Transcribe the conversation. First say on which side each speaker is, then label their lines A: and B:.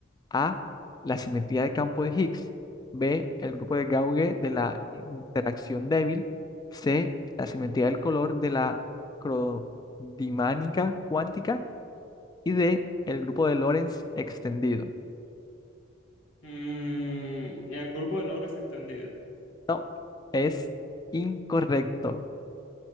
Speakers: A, on the left (about 20°); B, on the left (about 80°).
A: A. La simetría de campo de Higgs. B. El grupo de Gauge de la interacción débil. C. La simetría del color de la crodinámica cuántica. Y D. El grupo de Lorentz extendido.
B: Mm, el grupo de Loris extendido
A: No, es incorrecto.